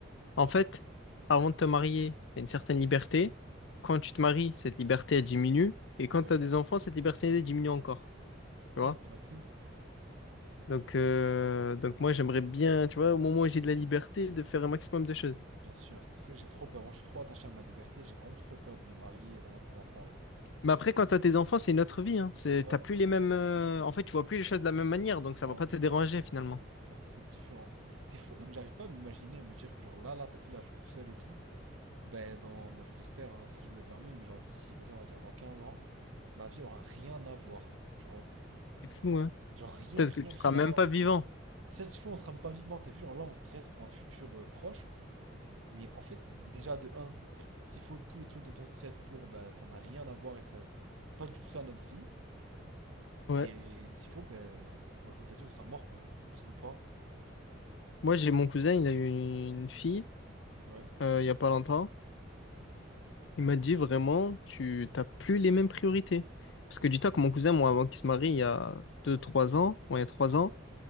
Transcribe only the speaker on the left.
en fait, avant de te marier, tu as une certaine liberté. Quand tu te maries, cette liberté, elle diminue. Et quand
tu as des enfants, cette liberté, elle diminue encore. Tu vois?
Donc, euh, donc moi, j'aimerais bien, tu vois, au moment où j'ai de la liberté, de faire un maximum de choses.
Mais après, quand tu as tes enfants, c'est une autre vie. Hein. C'est,
t'as plus les mêmes. euh, En fait, tu vois plus les choses de la même manière. Donc,
ça va pas
te
déranger finalement.
C'est fou, hein?
Peut-être
que tu
seras même
pas vivant.
Ouais.
Moi, j'ai mon cousin, il a eu une fille
euh, il y a pas longtemps. Il m'a dit vraiment, tu t'as plus les mêmes priorités. Parce que dis-toi que mon cousin, moi, avant qu'il se marie, il y a deux, trois ans, ouais, il y a 3 ans,